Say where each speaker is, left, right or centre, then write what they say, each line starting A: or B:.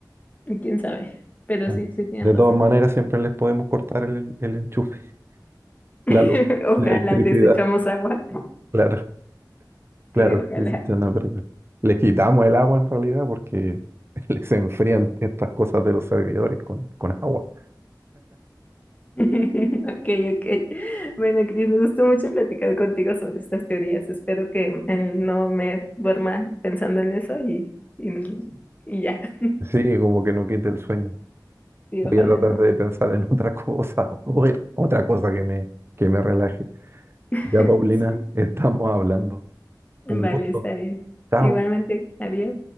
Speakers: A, on the left; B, on the right.
A: y quién sabe, pero
B: Claro.
A: sí, sí tienes
B: De
A: razón.
B: todas maneras, siempre les podemos cortar el, en- el enchufe, <laughs>
A: <laughs>
B: la luz,
A: Ojalá
B: la electricidad.
A: les echamos agua,
B: Claro, claro,
A: sí, ojalá.
B: dicen, "Ya no, pero- pero". Les quitamos el agua en realidad porque <laughs> les enfrían estas cosas de los servidores con, con agua.
A: <laughs> Ok, ok. Bueno, Cris, me gustó mucho platicar contigo sobre estas teorías. Espero que eh, no me duerma pensando en eso y, y, y ya. <laughs>
B: Sí, como que no quita el sueño.
A: Sí,
B: Voy
A: ojalá
B: a tratar
A: no.
B: de pensar en otra cosa, <laughs> o en otra cosa que me, que me relaje.
A: <laughs>
B: Ya, Paulina,
A: Sí.
B: estamos hablando.
A: Vale,
B: Un gusto.
A: está bien.
B: Chao.
A: Igualmente, adiós.